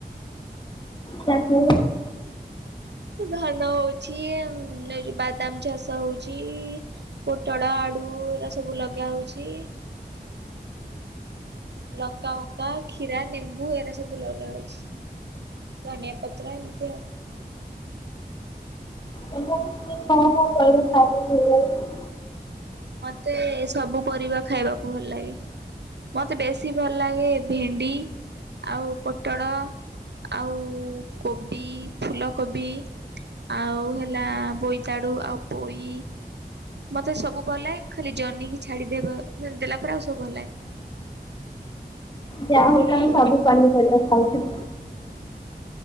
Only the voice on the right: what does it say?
ଧାନ ହଉଛି ବାଦାମ ଚାଷ ହଉଛି। ପୋଟଳ ଆଳୁ ଏରା ସବୁ ଲଗା ହଉଛି ଲଙ୍କା ବଙ୍କା କ୍ଷୀରା ନେମ୍ବୁ ଏରା ସବୁ ଲଗା ହଉଛି ଧନଆ ପତ୍ର ଏମିତି ଆଉ
ମତେ ସବୁ ପରିବା ଖାଇବାକୁ ଭଲ ଲାଗେ। ମତେ ବେଶୀ ଭଲ ଲାଗେ ଭେଣ୍ଡି। ଆଉ ପୋଟଳ ଆଉ କୋବି ଫୁଲକୋବି ଆଉ ହେଲା ବୋଇତାଡୁ ଆଉ ପୋଇ। ମତେ ସବୁ ଭଲ ଲାଗେ ଖାଲି ଜନିଇିକି ଛାଡିଦବା ଦେଲା ପରେ ଆଉ ସବୁ ଭଲଏ